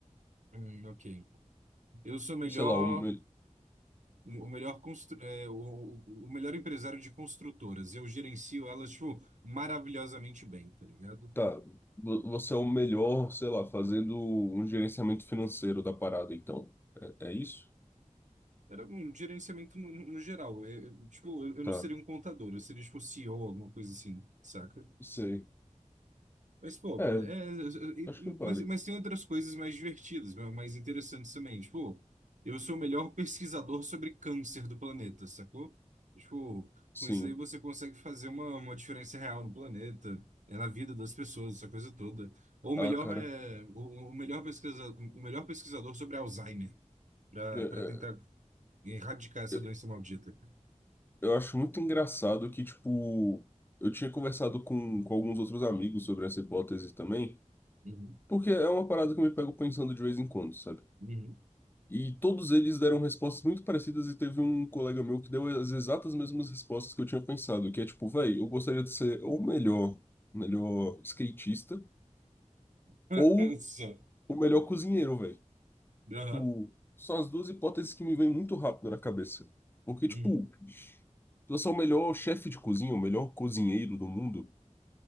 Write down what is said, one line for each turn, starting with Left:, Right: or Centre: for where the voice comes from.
Right: hum, ok. Eu sou o melhor.
Left: Sei lá, um,
Right: O melhor, constru... é, o, o melhor empresário de construtoras. E eu gerencio elas, tipo, maravilhosamente bem, tá ligado?
Left: tá, vo- você é o melhor, sei lá, fazendo um gerenciamento financeiro da parada, então. É, é isso?
Right: Era um gerenciamento no, no- geral. É, tipo, eu, eu
Left: Tá,
Right: não seria um contador, eu seria, tipo, CEO, alguma coisa assim, saca?
Left: sei.
Right: Mas, pô,
Left: É,
Right: é, é,
Left: acho
Right: é,
Left: que vale.
Right: mas, mas tem outras coisas mais divertidas, ma- mais interessantes também. Tipo, eu sou o melhor pesquisador sobre câncer do planeta, sacou? Tipo,
Left: Sim.
Right: com isso aí você consegue fazer uma, uma diferença real no planeta, é na vida das pessoas, essa coisa toda. Ou
Left: Ah,
Right: melhor
Left: cara.
Right: é o, o melhor pesquisador, o melhor pesquisador sobre Alzheimer, para
Left: é, é,
Right: para tentar erradicar essa
Left: é,
Right: doença maldita.
Left: eu acho muito engraçado que, tipo, eu tinha conversado com, com alguns outros amigos sobre essa hipótese também.
Right: Uhum,
Left: Porque é uma parada que eu me pego pensando de vez em quando, sabe?
Right: uhum.
Left: E todos eles deram respostas muito parecidas e teve um colega meu que deu as exatas mesmas respostas que eu tinha pensado, que é tipo, véi, eu gostaria de ser ou o melhor, melhor skatista
Right: <laughs>
Left: ou
Right: Só.
Left: o melhor cozinheiro, véi.
Right: Aham.
Left: Tipo, são as duas hipóteses que me vêm muito rápido na cabeça. Porque,
Right: Uhum,
Left: tipo, se você é o melhor chefe de cozinha, o melhor cozinheiro do mundo,